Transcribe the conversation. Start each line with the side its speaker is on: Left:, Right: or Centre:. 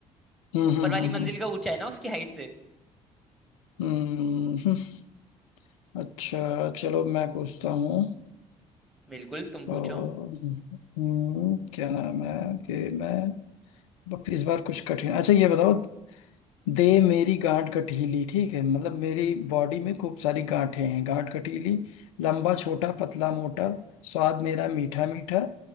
Left: हम्म
Centre: ऊपर
Left: हम्म
Centre: वाली
Left: हम्म
Centre: मंजिल
Left: हम्म
Centre: का ऊंचा है ना उसकी हाइट से
Left: हम्म, हम्म। हम्म। अच्छा चलो मैं पूछता हूँ
Centre: बिल्कुल तुम
Left: अ,
Centre: पूछो
Left: हम्म, क्या नाम है कि मैं अब इस बार कुछ कठिन अच्छा ये बताओ दे मेरी गांठ गठीली ठीक है मतलब मेरी बॉडी में खूब सारी गांठें हैं गांठ गठीली लंबा छोटा पतला मोटा स्वाद मेरा मीठा मीठा